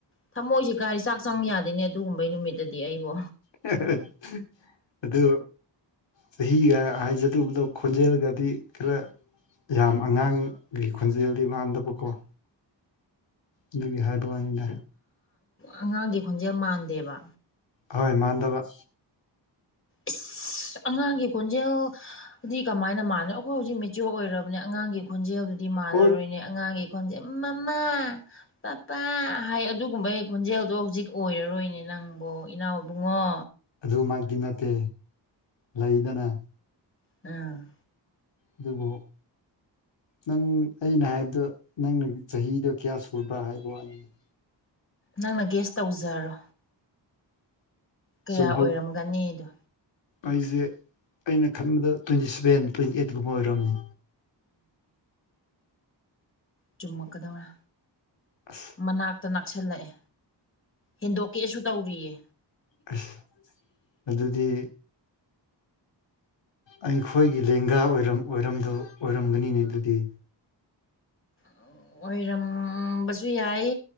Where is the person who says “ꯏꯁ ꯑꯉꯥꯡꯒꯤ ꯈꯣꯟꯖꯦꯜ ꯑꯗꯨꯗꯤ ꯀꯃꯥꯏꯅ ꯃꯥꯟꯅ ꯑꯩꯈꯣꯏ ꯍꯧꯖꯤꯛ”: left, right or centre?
Left